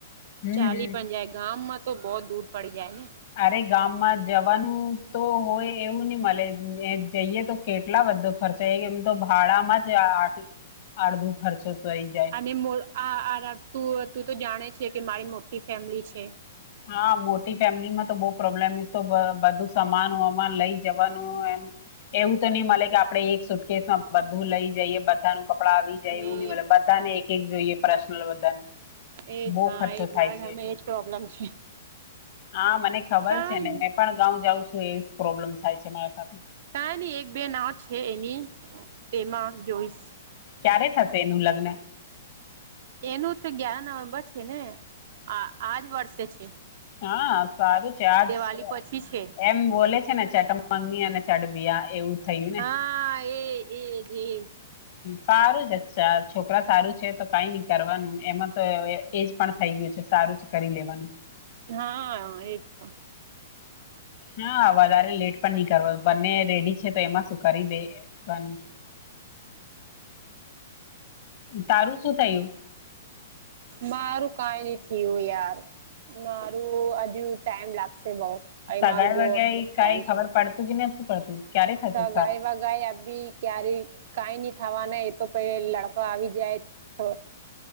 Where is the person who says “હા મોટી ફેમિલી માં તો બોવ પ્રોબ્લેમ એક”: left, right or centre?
Left